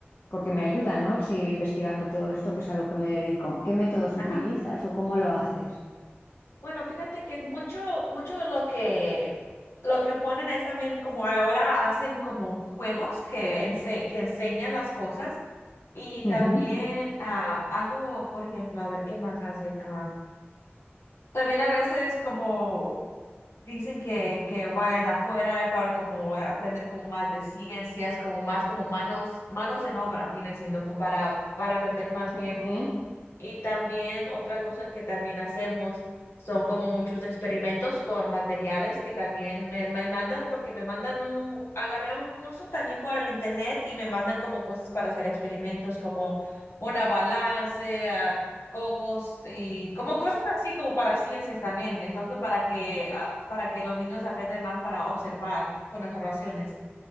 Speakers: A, on the left (about 70°); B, on the left (about 85°).
A: porque me ayuda, ¿no? El seguir investigando todo esto, que es a lo que me dedico. ¿Qué métodos utilizas
B: Ajá.
A: o cómo lo haces?
B: Bueno, fíjate que mucho, mucho lo que, lo que ponen es también como ahora hacen como juegos que, ense- que enseñan las cosas y
A: Ujú,
B: también ah, algo, por ejemplo, a ver qué más hacen. Ah, también a veces como dicen que, que vayan afuera eh, para como aprender como más de ciencias, como más como manos, manos en obra, viene siendo pues, para, para aprender más
A: ujú.
B: bien Y también otra cosa que también hacemos son como muchos experimentos con materiales que también me, me mandan porque me mandan un, agarré un curso también por el internet y me mandan como cosas para hacer experimentos como una balance, ah, cogos y como cosas así como para ciencias también. Entonces para que, ah, para que los niños aprendan más para observar con observaciones.